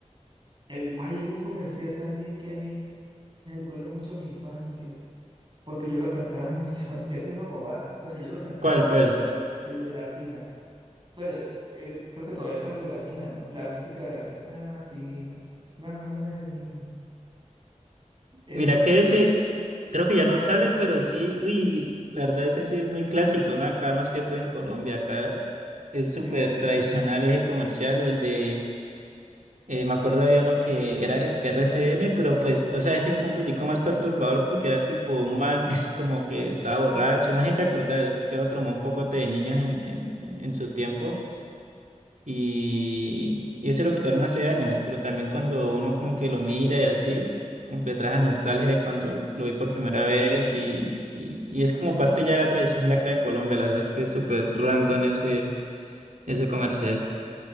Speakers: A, on the right; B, on the right.
A: el, ay, hay un comercial también que a mí me recuerda mucho a mi infancia, porque yo lo cantaba mucho. <laughs> Es una bobada, pero yo lo cantaba
B: ¿Cuál,
A: mucho.
B: cuál?
A: El de la fina. Bueno, eh, creo que todavía sale el de la fina, ¿no? La música de la fina. La fina, la margarina. Ese,
B: Mira que ese, creo que ya no sale, pero sí, uy, la verdad ese sí es muy clásico, ¿no? Acá más que todo en Colombia, acá es
A: sí.
B: súper tradicional ese comercial, o el de, eh, me acuerdo había uno que era RCN, pero pues, o sea, ese es como un pitico más perturbador porque era tipo un man <laughs> como que estaba borracho, no sé si te acordás, que otro man un poco de niños en, en, en en su tiempo. Y, y eso lo quitaron hace años, pero también cuando uno como que lo mira y así, como que le trae esa nostalgia de cuando lo vi por primera vez y, y, y es como parte ya de la tradición de acá de Colombia, la verdad es que es súper random ese, ese comercial.